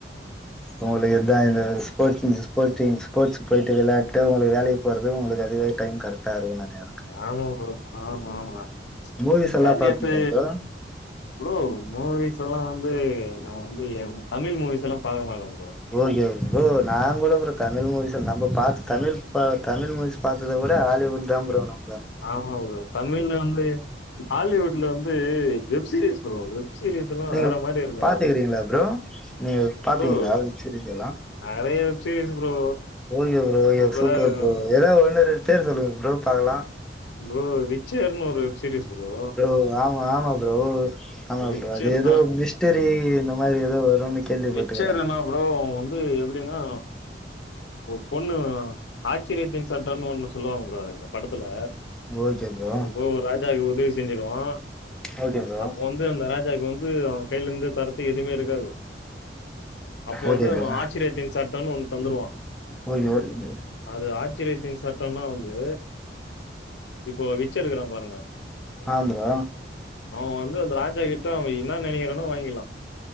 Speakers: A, in the centre; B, on the left (about 85°).
A: உங்களுக் இதா இந்த ஸ்போட்ஸ் இன்சஸ் போட்டீன்ஸ் ஸ்போட்ஸுக்கு போய்ட்டு விளாட்டு உங்களுக் வேலைக்கு போறது உங்களுக் அதுவே டைம் கரட்டா இருக்குந்தான
B: ஆமா ப்ரோ ஆமா ஆமா
A: மூவிஸ்
B: எல்லா நேத்து
A: பாப்பீங்களா ப்ரோ
B: ப்ரோ மூவிஸ் எல்லா வந்து நா வந்து எ ம் தமிழ் மூவிஸ் எல்லா பாக்க மாட்ட ப்ரோ
A: ஓகே ப்ரோ நாங்கூட ப்ரோ தமிழ் மூவிஸ நம்ப பாத்து தமிழ் பா தமிழ் மூவிஸ் பாத்தத விட ஹாலிவுட் தா ப்ரோ நம்ப
B: ஆமா ப்ரோ தமிழ்ல வந்து ஹாலிவுட்ல வந்து web series bro web series எல்லா
A: நீங்க
B: வேற மாரி இருக்கு
A: பாத்துக்கிறீங்களா
B: ப்ரோ
A: ப்ரோ நீங்க பாப்பீங்களா
B: ப்ரோ
A: வெப் சீரிஸ் எல்லா
B: நெறைய web series bro
A: okay bro you
B: சூப்பரா
A: are super ப்ரோ எதா ஒன்னு ரெண்டு பேர் சொல்லுங்க ப்ரோ பாக்கலா
B: இ விச்சர்ன்னு ஒரு வெப் சீரியஸ் ப்ரோ
A: ப்ரோ ஆமா ஆமா ப்ரோ ஆமா
B: விச்சர்
A: ப்ரோ அது எதோ
B: தா
A: மிஸ்ட்டரி இந்த மாரி எதோ வருனு கேள்விப்பட்டுகிற
B: விச்சர்னா ப்ரோ அவ்ங் வந்து எப்டின்னா ஒரு பொண்ணு ஆச்சரியத்தின் சட்டம்னு ஒன்னு சொல்லுவாங் ப்ரோ அது இந்த படத்துல
A: ஓகே ப்ரோ
B: அவ போய் ஒரு ராஜாக்கு உதவி செஞ்சிருவா
A: ஓகே ப்ரோ
B: அப்போ வந் து அந்த ராஜாக் வந்து அவ கைலர்ந்து தரத்து எதுமே இருக்காது அப்போ வந்து
A: ஓகே
B: அவ
A: ப்ரோ
B: ஆச்சரியத்தின் சட்டம்னு ஒன்னு தந்துருவா
A: ப்ரோ இது ஒர் இது
B: அது ஆச்சரியத்தின் சட்டம்னா வந்து இப்போ விச் இருக்கிறா பாருங்க
A: ஆ ப்ரோ
B: அவ வந்து அந்த ராஜா கிட்ட அவ இன்னா நெனைக்கிறானோ வாங்கிர்லா